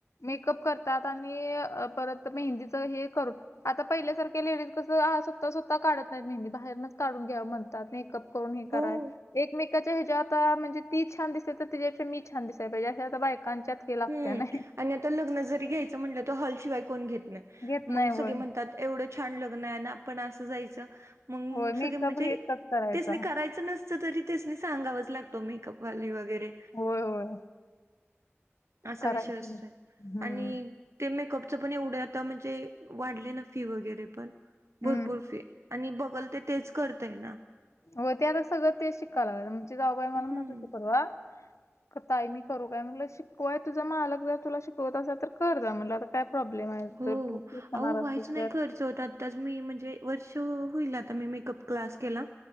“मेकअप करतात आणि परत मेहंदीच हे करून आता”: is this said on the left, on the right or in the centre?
Left